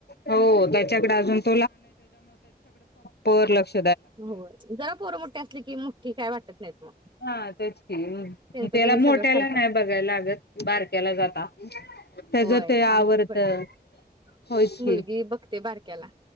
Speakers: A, on the left; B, on the right.
A: हो त्याच्याकडं पर लक्ष्
B: हो, जरा पोरं मोठ्ठी असली की मुठ्ठी काय वाटत नाहीत मग
A: हां तेच तेला
B: त्यांचं त्यांनी
A: मोठ्याला
B: सगळं करतात
A: नाही बघाय लागत बारक्याला जाता त्याजं
B: होय
A: ते आवरतं
B: आमचं पण
A: होयच कि
B: मुलगी बघते बारक्याला